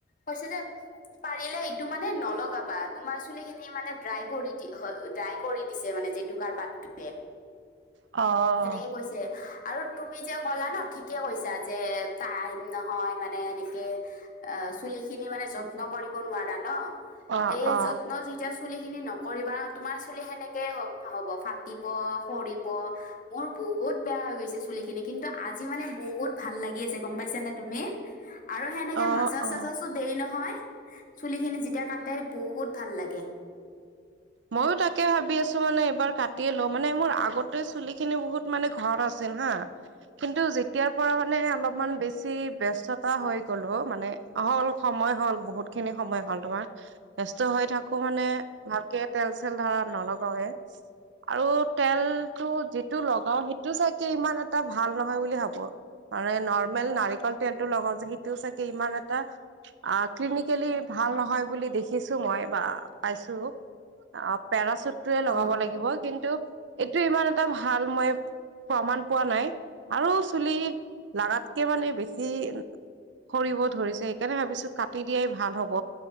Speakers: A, on the left (about 50°); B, on the right (about 80°).
A: কৈছে যে, পাৰিলে এইটো মানে নলগাবা। তোমাৰ চুলি খিনি মানে ড্ৰাই কৰি ড্ৰাই কৰি দিছে মানে। যেতু কাৰ পাতে
B: অ',
A: সেনেকে কৈছে। আৰু তুমি যে ক'লা ন ঠিকে কৈছা যে টাইম নহয় মানে এনেকে, চুলি খিনি মানে যত্ন কৰিব নোৱাৰা ন।
B: অ'।
A: এইয়ে যত্ন - খিনি নকৰিবা। তোমাৰ চুলি সেনেকে হ'ব ফাতিব, সৰিব মোৰ- বহুত বেয়া হৈ গৈছে চুলি খিনি। কিন্তু আজি মানে বহুত ভাল লাগি আছে গম পাইছানে তুমি। আৰু সেনেকে
B: অ',
A: মাছাজ-চাছাজো
B: অ'।
A: দিয়ে নহয়। চুলি খিনি যেতিয়া কাটাই বহুত ভাল লাগে।
B: ময়ো তাকে ভাবি আছো মানে এইবাৰ কাটিয়ে লওঁ। মানে মোৰ আগত আগতে চুলি খিনি বহুত মানে ঘন আছিল হা। কিন্তু যেতিয়াৰ পৰা মানে অলপমান বেছি ব ব্যস্ততা হৈ গ'লো, মানে হ'ল সময় হ'ল বহুত খিনি সময় হ'ল তোমাৰ। সুস্থ হৈ থাকো মানে ভালকে তেল চেল ধৰা নলগাওৱে। আৰু তেলটো যিটো লগাও সেইটো চাগে ইমান এটা ভাল নহয় বুলি ভাবো। মান নৰ্মেল নাৰিকল তেলটো লগাও যে সেইটোও চাগে ইমান এটা ক্লিনিকেলি ভাল নহয় বুলি দেখিছো, মই বা পাইছো। অ' পেৰাশুটটয়ে
A: অ
B: লগাব লাগিব কিন্তু এইটো ইমান এটা ভাল মই প্ৰমাণ পোৱা নাই আৰু চুলি লগাগাতকে মানে বেছি সৰিব ধৰিছে সেইকাৰণে ভাবিছো কাটি দিয়াই ভাল হব।